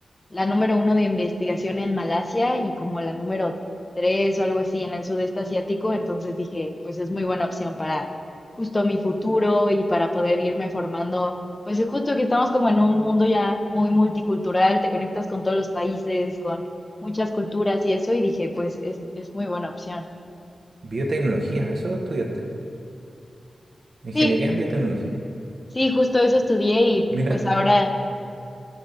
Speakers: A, on the left; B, on the right.
A: la número uno de investigación en Malasia y como la número tres o algo así en el sudeste asiático, entonces dije, pues es muy buena opción para justo mi futuro y para poder irme formando, pues es justo que estamos como en un mundo ya muy multicultural, te conectas con todos los países, con muchas culturas y eso, y dije, pues es, es muy buena opción.
B: Biotecnología, eso estudiaste. Ingeniería
A: Sí,
B: en biotecnología.
A: sí, justo eso estudié y
B: Mira,
A: pues ahora,